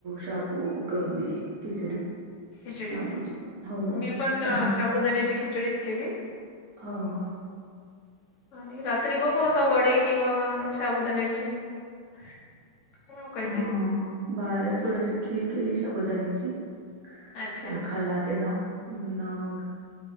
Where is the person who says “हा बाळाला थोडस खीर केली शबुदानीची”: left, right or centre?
Right